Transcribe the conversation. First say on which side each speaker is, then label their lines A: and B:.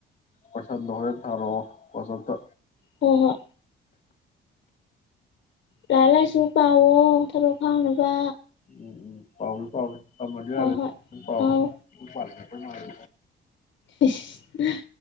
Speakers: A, on the left (about 40°); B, on the left (about 65°).
A: ꯄꯩꯁꯥ ꯍ ꯊꯥꯔꯛꯑꯣ ꯋꯥꯇ ꯋꯖꯞꯇ
B: ꯍꯣꯏ ꯍꯣꯏ ꯂꯂꯥꯏ ꯆꯨꯄ ꯄꯥꯎꯣ ꯊꯕꯛ ꯐꯥꯎꯅꯕ
A: ꯎꯝ ꯎꯝ ꯄꯥꯎ ꯄꯥꯎ ꯇꯃꯗꯤ
B: ꯍꯣꯏ
A: ꯑꯗꯨ
B: ꯍꯣꯏ
A: ꯄꯥꯎ
B: ꯑꯧ
A: ꯄ ꯃꯥ <unintelligible>
B: ꯏꯁꯠ